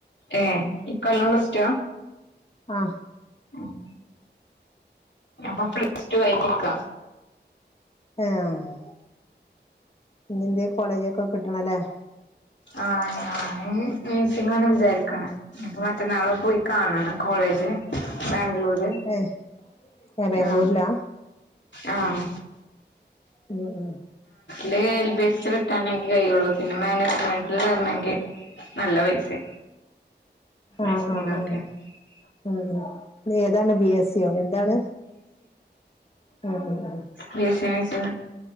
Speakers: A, on the left; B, on the left.
A: ഏ ഇക്കൊല്ലം പ്ലസ്റ്റു
B: ആ
A: ഉം അപ്പൊ പ്ലസ് ടു കഴഞ്ഞക്ക
B: ആഹ ഇന്നെന്ത് കോളേജൊക്കെ കിട്ടണല്ലേ
A: ആഹ ഞാന് നഴ്സിംഗാണ് വിചാരിക്കണ ഇപ്പ മറ്റന്നാളെ പോയി കാണണം കോളേജ കോളേജ്ബാംഗ്ലൂര്
B: ഏഹ് ഏഹ് ബാംഗ്ലൂരിലാ
A: ആ ആഹ
B: <unintelligible> ആ
A: ല് എൽ ബി സ് കിട്ടണെങ്കി കഴിയുള്ളൂ <unintelligible> പിന്നെ മാനേജ്മെന്റിൽ വരെണങ്കി നല്ല പൈസേ ആശനങ്ങളൊക്കെ
B: ആഹ് ആഹ് ആഹ്
A: <unintelligible>
B: ഉം നീ യേതാണ് ബി എസ് സിയോ എന്താണ്? ഉം ഉം ഉം
A: നിശ നിശ <unintelligible>